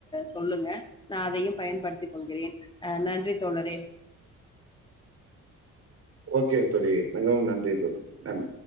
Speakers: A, on the left; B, on the right.
A: சொல்லுங்க நா அதையு பயன்படுத்திக் கொள்கிறேன் அ நன்றி தோழரே
B: ஓகே தோழி மிகவும் நன்றி தோழி நன்